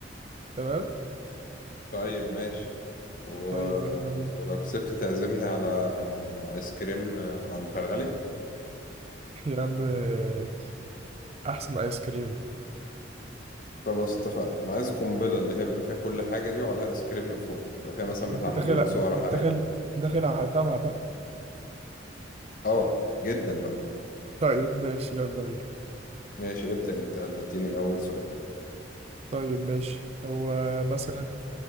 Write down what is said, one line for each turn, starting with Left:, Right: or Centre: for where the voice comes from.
Right: تمام
Left: طيب ماشي و...
Right: طيب
Left: آه،
Right: يلا بينا
Left: ولو كسبت تعزمني على آيس كريم من عند فرغلي
Right: يا عم آه، أحسن آيس كريم
Left: خلاص اتفقنا أنا عايز قنبلة اللي هي بيبقى فيها كل حاجة دي وعليها آيس كريم من فوق بيبقى فيها مثلا بتاع
Right: أنت داخل
Left: مليون
Right: أنت
Left: سعر حراري
Right: داخل داخل على طمع بقى
Left: آه جدا بقى
Right: طيب ماشي يلا بينا
Left: ماشي ابدأ أنت يلا اديني أول سؤال
Right: طيب ماشي هو مثلا